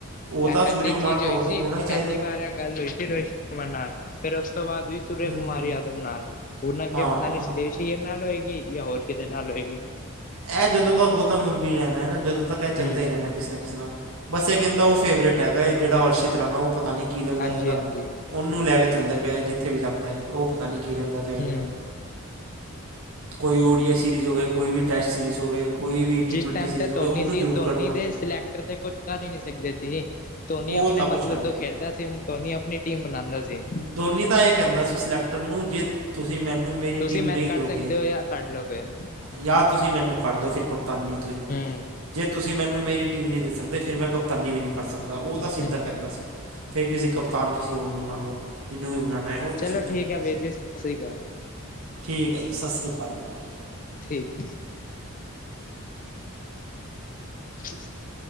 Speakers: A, on the right (about 80°); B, on the left (about 35°).
A: ਉਹ ਤਾਂ
B: ਐ
A: ਸੂਰਿਆ
B: ਪਹਿਲੀ
A: ਕੁਮਾਰ
B: ਚੀਜ਼
A: ਤਾਂ
B: ਹੋਈ
A: ਉਹ ਤੋਂ
B: ਸੀ,
A: ਹੋਣਾ ਹੀ
B: ਪਹਿਲੀ
A: ਚਾਹੀਦਾ
B: ਵਾਰ ਇਹ ਗੱਲ ਹੋਈ ਸੀ ਰੋ <unintelligible> ਨਾਲ, ਫਿਰ ਉਸ ਤੋਂ ਬਾਅਦ ਵੀ ਸੂਰਅ
A: ਹੂੰ
B: ਕੁਮਾਰ
A: ਹੂੰ
B: ਯਾਦਵ ਨਾਲ, ਹੋਣ ਲੱਗ
A: ਹਾਂ
B: ਗਿਆ ਪਤਾ
A: ਹਾਂ
B: ਨੀ ਸਰੇਸ਼ ਤੇਰ ਨਾਲ ਹੋਏਗੀ, ਜਾਂ ਹੋਰ ਕਿਦੇ ਨਾਲ ਹੋਏਗੀ।
A: ਇਹ ਜਦੋਂ ਤੱਕ ਗੋਤਮ ਗੰਭੀਰ ਹੈ, ਨਾ ਜਦੋਂ ਤੱਕ ਇਹ ਚੱਲਦੇ
B: ਹੂੰ
A: ਰਹਿਣਾ- ਕਿਸੇ ਨਾ ਕਿਸੇ, ਨਾਲ ਬਸ ਇਹ ਕਹਿੰਦਾ ਉਹ ਫੇਵਰੇਟ ਹੈਗਾ, ਇਹ ਜਿਹੜਾ ਸ਼ਿਤਰਾਣਾ ਉਹ ਪਤਾ ਨੀ ਕੀ ਲੱਗਦਾ
B: ਹਾਂਜੀ
A: ਇਹਦਾ।
B: ਹਾਂਜੀ
A: ਉਹਨੂੰ ਲੈ ਕੇ ਚੱਲਦਾ ਪਿਆ, ਜਿੱਥੇ ਵੀ ਜਾਂਦਾ ਏ ਉਹ ਪਤਾ ਨੀਂ ਕੀ ਲੱਗਦਾ ਪਿਆ ਐਹਦਾ।
B: ਹੂੰ
A: ਕੋਈ ਓ ਡੀਆਈ ਸੀਰੀਜ਼ ਹੋਵੇ, ਕੋਈ ਵੀ ਟੈਸਟ ਸੀਰੀਜ਼ ਹੋਵੇ, ਕੋਈ ਵੀ ਟੀ
B: ਜਿਸ
A: ਟਵੈਂਟੀ
B: ਟਾਈਮ
A: ਸੀਰੀਜ਼
B: ਤੇ
A: ਹੋਵੇ
B: ਧੋਨੀ
A: ਉਹਨੂੰ
B: ਸੀ
A: ਜ਼ਰੂਰ
B: ਧੋਨੀ
A: ਕੱਢੂਗਾ
B: ਦੇ ਸਿਲੈਕਟਰ ਤੇ ਕੁਛ ਕਰ ਹੀ ਨਹੀਂ ਸਕਦੇ ਸੀ। ਧੋਨੀ
A: ਉਹ
B: ਆਪਣੇ
A: ਤਾਂ
B: ਮਤਲਬ
A: ਕੁਛ ਕਰ
B: ਜੋ ਖੇਡਦਾ ਸੀ, ਧੋਨੀ ਆਪਣੀ ਟੀਮ ਬਣਾਦਾ ਸੀ।
A: ਦੋਨੀ ਤਾਂ ਐ ਕਹਿੰਦਾ ਸੀ, ਸਿਲੈਕਟਰ ਨੂੰ ਜੇ ਤੁਸੀਂ ਮੈਨੂੰ ਮੇਰੀ
B: ਤੁਸੀਂ
A: ਟੀਮ
B: ਮੈਨ
A: ਨਹੀਂ
B: ਕੱਢ
A: ਦੋਗੇ
B: ਸਕਦੇ ਹੋ ਜਾਂ ਕੱਢ ਲਓ ਫਿਰ
A: ਜਾਂ ਤੁਸੀਂ ਮੈਨੂੰ ਕੱਢ ਦੋ ਫਿਰ ਕਪਤਾਨੀ ਤੁਸੀ
B: ਹੂੰ
A: ਜੇ ਤੁਸੀਂ ਮੈਨੂੰ ਮੇਰੀ ਟੀਮ ਨਹੀਂ ਦੇ ਸਕਦੇ, ਫਿਰ ਮੈਂ ਕਪਤਾਨੀ ਵੀ ਨਹੀਂ ਕ ਕਰ ਸਕਦਾ ਉਹ ਤਾਂ ਸਿੱਧਾ
B: ਹੂੰ
A: ਕਹਿੰਦਾ ਸੀ, ਫਿਰ ਕਿਸੇ ਕਪਤਾਨ ਕਿਸੇ ਹੋਰ ਨੂੰ ਬਣਾ ਲਓ। ਮੈਨੂੰ ਕਿਉ ਬਨਾਣਾ ਐ, ਉਹ ਤਾਂ
B: ਚਲੋ
A: ਸਿੱਧਾ
B: ਠੀਕ
A: ਕਹਿੰਦਾ
B: ਹੈ ਵੀਰ
A: ਸੀ,
B: ਜੀ ਸਤਿ ਸ੍ਰੀ ਅਕਾਲ
A: ਠੀਕ ਹੈ ਜੀ ਸਾਸਰੀ ਸ਼੍ਰੀ ਅਕਾਲ ਜੀ।
B: ਠੀਕ। <unintelligible>